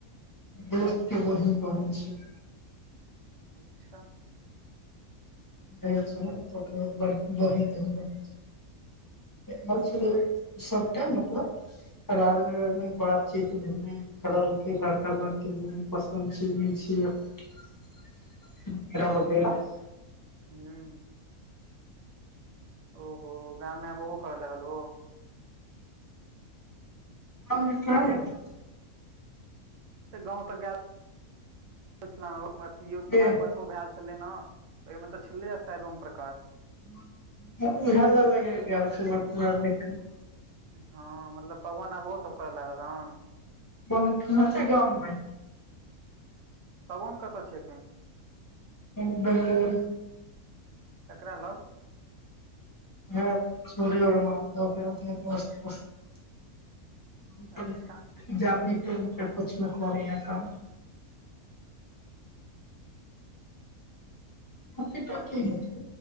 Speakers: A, on the left; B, on the right.
A: दोस्त के बहीन तहिन छै
B: अच्छा
A: अचछा त ब ब ब <unintelligible> म छलै सबटा मतलब राजनगर मे बात चित भेलै करलके लड़का लड़की दूनु पसन्द छी नहि छी <unintelligible>
B: हँ ओहो गाममे आब ओहो करऽ लागल ओ
A: <unintelligible>
B: गाँंव तऽ गेल अथि
A: एबै
B: भागवतो भ छलै ने ओहिमे तऽ छलैए शायद ओम प्रकाश
A: <unintelligible>
B: हँ मतलब पवन आब ओहो सब करे लागल हन
A: बन ख छै गाममे
B: तबोन कतऽ छ एखन
A: <unintelligible>
B: तकररा ल
A: <unintelligible> <unintelligible>
B: अच्छा
A: जाति
B: सही
A: की होइ
B: छै